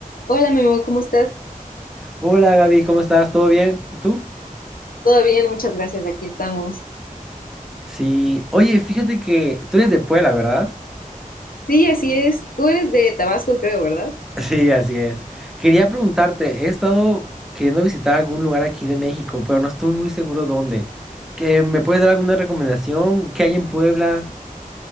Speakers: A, on the left; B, in the centre.
A: Hola Memo, ¿cómo estás?
B: Hola Gaby, ¿cómo estás? ¿Todo bien? ¿Y tú?
A: Todo bien, muchas gracias, aquí estamos.
B: Sí, oye, fíjate que tú eres de Puebla, ¿verdad?
A: Sí, así es. Tú eres de Tabasco, creo, ¿verdad?
B: Sí, así es. Quería preguntarte, he estado queriendo visitar algún lugar aquí de México, pero no estoy muy seguro dónde. ¿Que me puedes dar alguna recomendación? ¿Qué hay en Puebla?